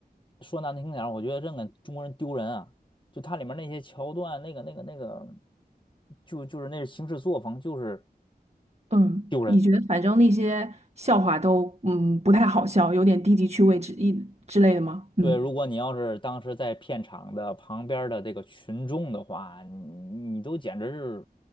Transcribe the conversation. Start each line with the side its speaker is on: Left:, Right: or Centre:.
Left: 说难听点儿我觉得真给中国人丢人啊！就它里面那些桥段，那个那个那个，就就是那行事作风就是
Right: 嗯，
Left: 丢人。
Right: 你觉得反正那些笑话都嗯不太好笑，有点低级趣味之一之类的吗？嗯，
Left: 对，如果你要是当时在片场的旁边儿的这个群众的话，你你都简直是